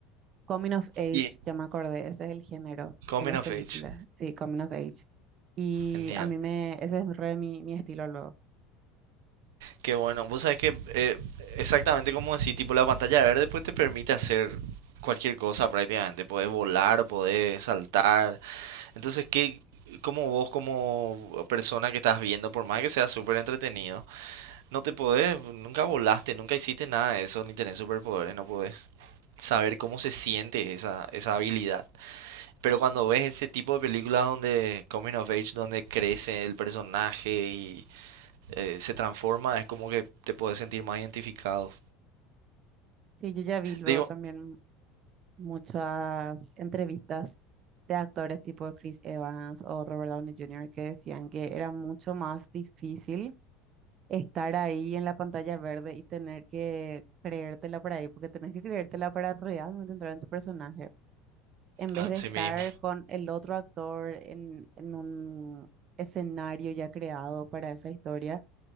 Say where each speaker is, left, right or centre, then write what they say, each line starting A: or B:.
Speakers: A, on the right; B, on the right.
A: Coming of Age,
B: Y
A: ya me acordé, ese es el género
B: Coming
A: de las
B: of
A: películas,
B: Age.
A: sí, Coming of Age. Y
B: Genial.
A: a mí me, ese es re mi, mi estilo luego.
B: Qué bueno. Vos sabés que eh, exactamente como decís, tipo la pantalla verde pues te permite hacer cualquier cosa prácticamente. Podés volar, podés saltar. Entonces, ¿qué, como vos, como persona que estás viendo, por más que sea súper entretenido, No te podés, nunca volaste, nunca hiciste nada de eso, ni tenés superpoderes, no podés saber cómo se siente esa, esa habilidad. Pero cuando ves ese tipo de películas donde Coming of Age, donde crece el personaje y eh, se transforma, es como que te puedes sentir más identificado.
A: Sí, yo ya vi luego
B: Digo,
A: también muchas entrevistas de actores tipo Chris Evans o Robert Downey Jr. que decían que era mucho más difícil estar ahí en la pantalla verde y tener que creértela para ahí, porque tenés que creértela para realmente entrar en tu personaje, en vez
B: así
A: de estar
B: mismo,
A: con el otro actor en, en un escenario ya creado para esa historia